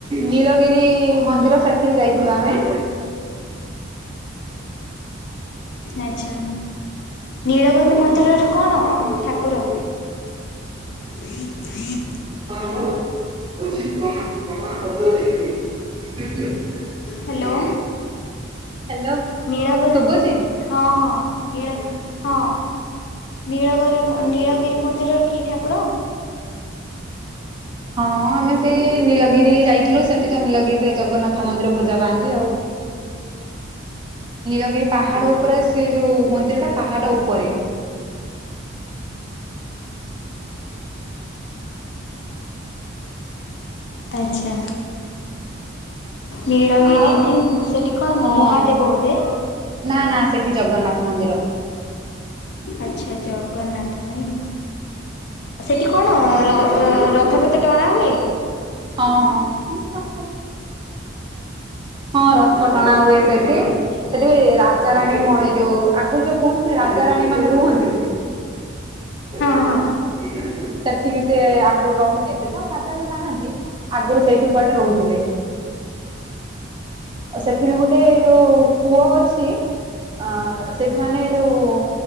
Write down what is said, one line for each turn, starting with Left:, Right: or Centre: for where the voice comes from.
Right: ନୀଳଗିରି ମନ୍ଦିର ସେଠି ବି ଯାଇଥିଲୁ ଆମେ।
Left: ଆଚ୍ଛା। ନୀଳଗିରି ମନ୍ଦିରରେ କଣ ଠାକୁର? <inaudible>
Right: <inaudible> <unintelligible> <unintelligible>
Left: ହ୍ୟାଲୋ
Right: ହ୍ୟାଲୋ
Left: ନିଳବ
Right: ଶୁଭୁଛି?
Left: ହଁ ହଁ ଗିଳ ହଁ ନୀଳଗର ନୀଳଗିରି ମନ୍ଦିରର କି ଠାକୁର?
Right: ହ <inaudible> ହଁ ଆମେ ସେଇ ନୀଳଗିରି ଯାଇଥିଲୁ ସେଠି ତ ନୀଳଗିରିରେ ଜଗନ୍ନାଥ ମନ୍ଦିର ପୂଜା ପାଆନ୍ତି ଆଉ ନୀଳଗିରି ପାହାଡ ଉପରେ ସେ ଯୋଉ ମନ୍ଦିର ଟା ପାହାଡ ଉପରେ
Left: ଆଚ୍ଛା ନୀଳଗିରି
Right: ଆଉ
Left: ନା ସେଠି କଣ
Right: ହଁ
Left: ମହାଦେବ ବୋଧେ
Right: ନା ନା ସେଠି ଜଗନ୍ନାଥ ମନ୍ଦିର।
Left: ଆଚ୍ଛା ଜଗନ୍ନାଥ ନାଇ। ସେଠି କଣ ର ରଥପତ ଟଣା ହୁଏ।
Right: ହଁ ହଁ ହଁ ରଥ ଟଣା ହୁଏ ସେଠି ସେଠିପାଇ ରାଜାରାଣୀ ମହି ଯୋଉ ଆଗରୁ ଯୋଉ କୁହନ୍ତିନି ରାଜାରାଣୀ ମାନେ ରୁହନ୍ତି।
Left: ହଁ
Right: <inaudible>
Left: ହଁ
Right: ସେଠି ବି ସେ ଆଗରୁ ରହୁନ ଏବେ ତ ଆଉ ରାଜା ନାହାନ୍ତି। ଆଗରୁ ସେଇଠି କୁଆଡେ ରହୁଥିଲେ। ଆଉ ସେଠି ବି ଗୋଟେ ଏଇ ଯୋଉ କୂଅ ଅଛି ଅ ସେଠିମାନେ ଯେଉଁ